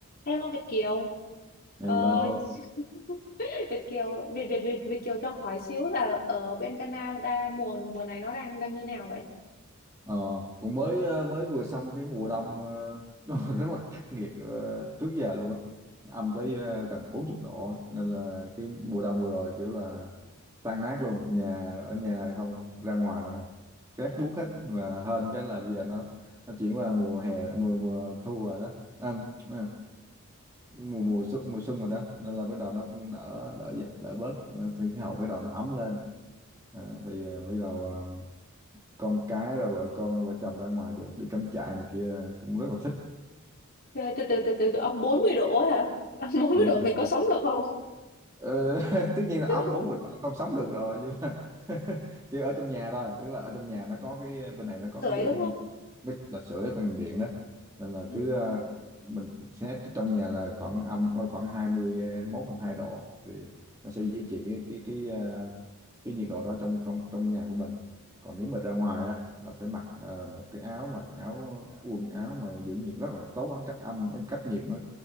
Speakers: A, on the left (about 40°); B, on the right (about 15°).
A: Hello Việt Kiều
B: Hello,
A: Ờ, <laughs> Việt Kiều Việt Việt Việt, Việt Kiều cho hỏi xíu là ở bên Canada mùa mùa này nó đang đang như nào vậy
B: ờ, cũng mới ờ, mới vừa xong cái mùa đông ờ, <laughs> nó rất là khắc nghiệt ờ, trước giờ luôn á, âm tới ờ, gần 40 độ á. nên là cái mùa đông vừa rồi kiểu là tan nát luôn, nhà ở nhà thì không ra ngoài là rét buốt hết Nhưng mà hên cái là bây giờ nó nó chuyển qua mùa hè mùa mùa thu rồi đó, à, à, mùa mùa xuân mùa xuân rồi đó nên là bắt đầu nó cũng đỡ đỡ dạ- đỡ bớt thì khí hậu bắt đầu nó ấm lên, Ờ, thì ờ, bắt đầu ờ, con cái rồi vợ con vợ chồng ra ngoài được đi cắm trại này kia cũng rất là thích
A: trời từ từ từ từ âm 40 độ ấy hả âm <laughs> bốn
B: ừ
A: mươi độ mình có sống được không
B: Ờ, <laughs> tất nhiên là
A: <laughs>
B: ông bốn mươi độ không sống được rồi nhưng mà <laughs> chỉ ở trong nhà thôi tức là ở trong nhà nó có cái bên này nó có
A: sưởi
B: cái
A: đúng
B: um,
A: không
B: bếp là sưởi bằng điện đó nên là
A: ừ.
B: cứ ờ, mình xét trong nhà là khoảng âm khoảng 21 hai mươi hai độ thì nó sẽ duy trì cái cái cái ờ, cái nhiệt độ đó trong trong trong nhà của mình còn nếu mà ra ngoài á là phải mặc ờ, một cái áo mà cái áo quần áo mà giữ nhiệt rất là tốt nó cách âm cách nhiệt nó